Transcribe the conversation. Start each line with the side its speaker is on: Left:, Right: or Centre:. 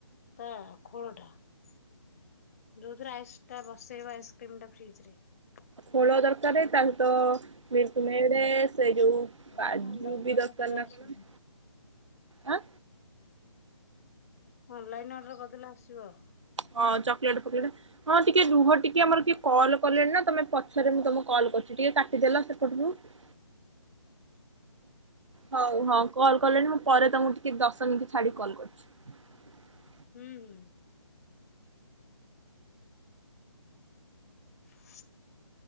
Left: ତା ଖୋଳ ଟା । ଯୋଉଥିରେ ଆଇସ୍ ଟା ବସେଇବ ଆଇସ୍କ୍ରିମ ଟା ଫ୍ରିଜ ରେ ।
Right: ଖୋଳ ଦରକାର ତାହେଲେ ତ ତୁମେ ଏଳେ ସେ ଯୋଉ
Left: ସେଇଟା
Right: କାଜୁ
Left: ଅନଲାଇନ
Right: ବି
Left: ଅର୍ଡର
Right: ଦରକାର
Left: କଲେ
Right: ନା
Left: ଆସିବ।
Right: କଣ? ଆଁ
Left: ଅନଲାଇନ ଅର୍ଡର କରିଦେଲେ ଆସିବ ।
Right: ହଁ ଚକୋଲେଟ ଫୋକଲେଟ ହଁ ଟିକେ ରୁହ ଟିକେ ଆମର ଟିକେ କଲ୍ କଲେଣି ନା ତମେ ପଛରେ ମୁଁ ତମ କଲ । ଭ କରୁଛି ଟିକେ କାଟିଦେଲ ସେପଟକୁ ।
Left: <inaudible>
Right: ହଉ ହଁ କଲ କଲେଣି ମୁଁ ପରେ ତମକୁ ଟିକେ ଦଶ ମିନିଟ୍ ଛାଡିକି କଲ୍ କରୁଛି ।
Left: ହୁଁ ହୁଁ। <unintelligible>